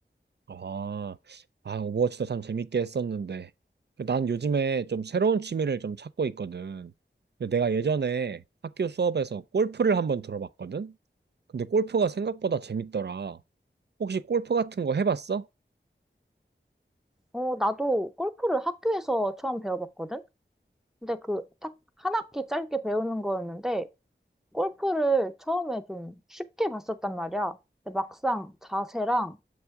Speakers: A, on the right; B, in the centre.
A: 아, 아, 오버워치도 참 재밌게 했었는데. 난 요즘에 좀 새로운 취미를 좀 찾고 있거든. 근데 내가 예전에 학교 수업에서 골프를 한번 들어봤거든? 근데 골프가 생각보다 재밌더라. 혹시 골프 같은 거 해봤어?
B: 어, 나도 골프를 학교에서 처음 배워봤거든? 근데 그 딱 한 학기 짧게 배우는 거였는데 골프를 처음에 좀 쉽게 봤었단 말이야. 근데 막상 자세랑